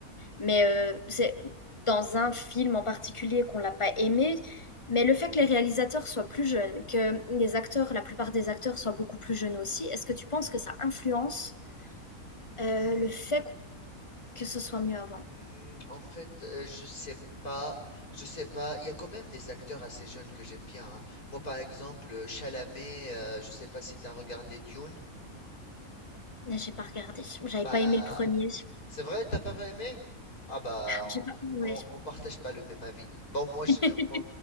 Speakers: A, on the left; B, on the left.
A: mais euh, c'est dans un film en particulier qu'on l'a pas aimé. Mais le fait que les réalisateurs soient plus jeunes, que les acteurs, la plupart des acteurs soient beaucoup plus jeunes aussi, est-ce que tu penses que ça influence euh,
B: Hmm,
A: le fait
B: hmm,
A: que ce soit mieux avant?
B: en fait, euh, je sais pas, je sais pas. Il y a quand même des acteurs assez jeunes que j'aime bien. hein. Moi, par exemple, Chalamet. euh, je sais pas si tu as regardé Dune.
A: Là, J'ai pas regardé. J'avais
B: Bah,
A: pas aimé le premier.
B: C'est vrai, t'as pas aimé? Ah bah,
A: J'ai pas... ouais.
B: on, on partage pas le même avis. Bon, moi,
A: <laughs>
B: j'ai- moi,